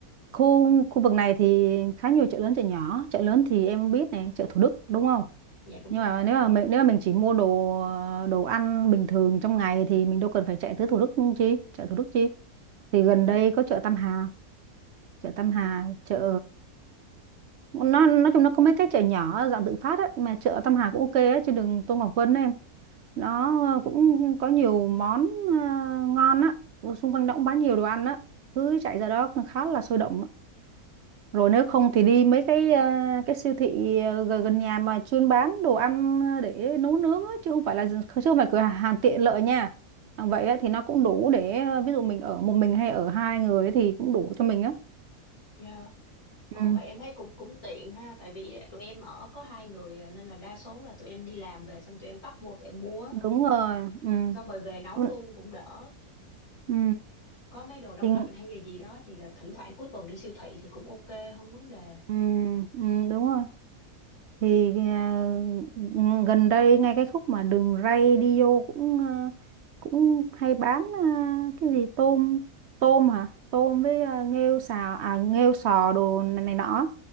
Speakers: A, on the right (about 65°); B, on the left (about 60°).
A: khu khu vực này thì khá nhiều chợ lớn chợ nhỏ. Chợ lớn thì em biết này, chợ Thủ Đức đúng không?
B: Dạ đúng
A: Nhưng
B: rồi.
A: mà nếu mà mình, nếu mà mình chỉ mua đồ à, đồ ăn bình thường trong ngày thì mình đâu cần phải chạy tới Thủ Đức chi, chợ Thủ Đức chi. Thì gần đây có chợ Tam Hà, chợ
B: Ồ
A: Tam Hà, chợ nó nói chung nó có mấy cái chợ nhỏ dạng tự phát ấy, mà chợ Tâm Hà cũng ok ấy, trên đường Tô Ngọc Vân ấy em nó ờ, cũng có nhiều món ờ, ngon á Ở xung quanh đó cũng bán nhiều đồ ăn á cứ chạy ra đó cũng khá là sôi động á. rồi nếu không thì đi mấy cái ờ, cái siêu thị ờ, gần gần nhà mà chuyên bán đồ ăn ờ, để nấu nướng á, chứ không phải là chứ không phải cửa hàng tiện lợi nha hàng vậy á, thì nó cũng đủ để ờ, ví dụ mình ở một mình hay ở hai người ấy thì cũng đủ cho mình á
B: dạ. Ồ
A: ừ,
B: vậy em thấy cũng cũng tiện ha tại vì tụi em ở có hai người à, nên là đa số là tụi em đi làm về xong tụi em tấp vô tụi em mua á.
A: đúng rồi ừ.
B: xong rồi về nấu
A: Ừ.
B: luôn cũng đỡ.
A: Ừ.
B: Có mấy đồ đông
A: Thì
B: lạnh hay là gì đó thì là thỉnh thoảng cuối tuần đi siêu thị thì cũng ok không vấn đề.
A: Ừ, ừ, đúng rồi thì à, ng- gần đây ngay cái khúc mà đường ray đi vô cũng à, cũng hay bán à, cái gì tôm tôm hả tôm với à, nghêu xào à nghêu sò đồ này, này nọ